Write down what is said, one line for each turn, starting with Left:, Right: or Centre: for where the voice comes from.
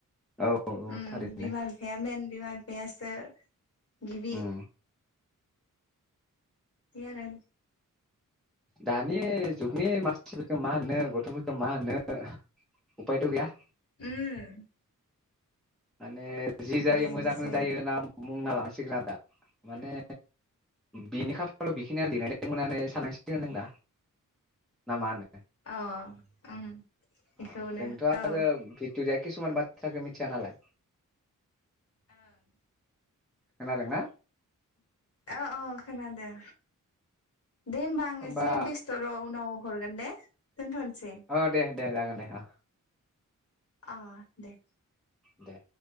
Centre: औ औ
Left: उम
Centre: थारैनो
Left: बिमा बिफाया मेन मेन बिमा बिफायासो गिबि
Centre: उम
Left: जि आरो
Centre: दा नि जुगनि मानसिफोरखौ मा होननो गथ'फोरखौ मा होननो उफायथ' गैया।
Left: उम।
Centre: माने जि जायो
Left: बेनोसै
Centre: मोजाङानो जायो होना बुंना लाङो सिंगोन आरो दा। माने बिनि खाफालाव बेखिनियानो लिरनाय दोंमोन सान्नांसिगोन जों दा ना मा होनो?
Left: अ। उम। बेखौनो
Centre: अ जोंथ' आरो
Left: औ
Centre: भिट'रिया किसुमान बाथ्राखो मिथिया नालाय
Left: ओं।
Centre: खोनादोंना?
Left: अ ओ खोनादों दे होम्बा आं
Centre: होमबा
Left: एसे बेस्थ र उनाव हरगोन दे दोनथनोसै?
Centre: अ दे दे जागोन दे अ।
Left: अ दे।
Centre: दे